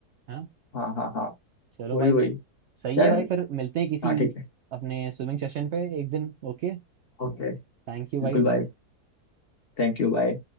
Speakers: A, on the right; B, on the left.
A: है ना
B: हाँ हाँ हाँ
A: चलो
B: वही
A: भाई
B: वही
A: मैं
B: क्या
A: सही है
B: है?
A: भाई फिर मिलते हैं किसी
B: हाँ ठीक है
A: अपने स्विमिंग सेशन पे एक दिन ओके
B: ओके
A: थैंक
B: बिल्कुल
A: यू भाई
B: भाई Thank you bye